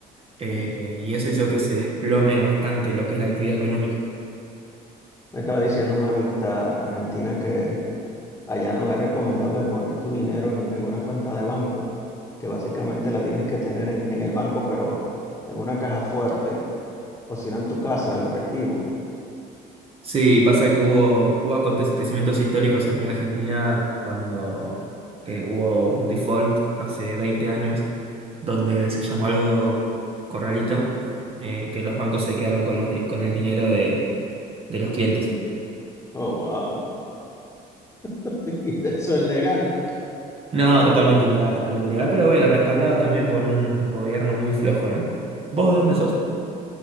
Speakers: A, on the right (about 35°); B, on the left (about 15°).
A: Eh,
B: Ujú.
A: y eso hizo que se desplome bastante lo que es la actividad económica.
B: Me estaba diciendo una amistad argentina que allá no es recomendable poner tu dinero en, en una cuenta de banco, que básicamente la tienes que tener en, en el banco, pero en una caja fuerte, o si no en tu casa, el efectivo.
A: Sí, pasa que hubo, hubo acontecimientos históricos acá en Argentina cuando eh, hubo un default hace 20 años, donde se llamó algo corralito, eh, que los bancos se quedaron con los, di- con el dinero de de los clientes.
B: Oh, wow. <laughs> Eso es legal.
A: No, totalmente ilegal, totalmente ilegal, pero bueno, respaldado también por un gobierno muy flojo, ¿no? ¿Vos de dónde sos?